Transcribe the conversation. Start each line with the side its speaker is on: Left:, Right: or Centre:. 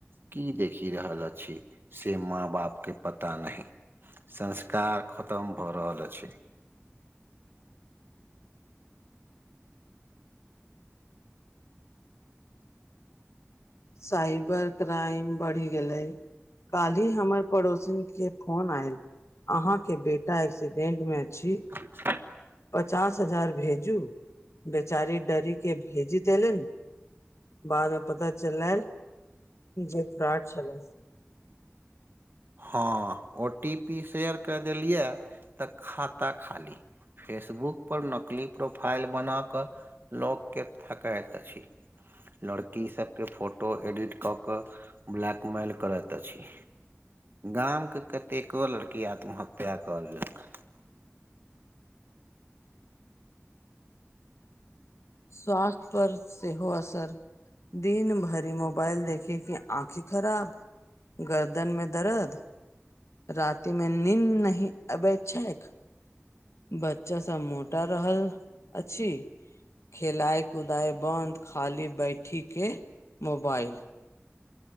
Right: की देखि रहल अछि से माँ बाप के पता नहि संस्कार ख तम भऽ रहल अछि
Left: साइबर क्राइम बढ़ि गेलै काल्हि हमर पड़ोसिन के फोन आयल आँहा के बेटा एक्सीडेंट मे छी
Right: <inaudible>
Left: पचास हजार भेजू बेचारी डरीे भेजी देलनि बाद मे पता चलल जे फ्राड छलै
Right: हँ ओ टी पी शेयर कर देलियै तऽ खाता खाली फेसबुक पर नकली प्रोफाइल बना कऽ लॉग के ठकैत अछि लड़की सबके फोटो एडिट कऽ कऽ ब्लैकमेल करैत अछि गाम के कतेको लड़की आत्महत्या कऽ लेलक
Left: स्वास्थ्य पर सेहो असर दिन भरि मोबाइल देखि के आँखि खराब गर्दनमे दर्द रति मे नीन्द नहि अबेत छैक बच्चा सब मोटा रहल अछि खेलए कुदए बन्द खाली बैठी के मोबाइल